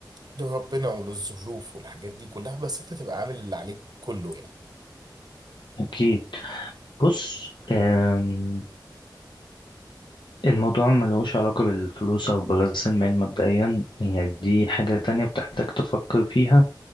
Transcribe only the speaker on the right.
لربنا وللظروف والحاجات دي كلها بس انت تبقى عامل اللي عليك كله يعني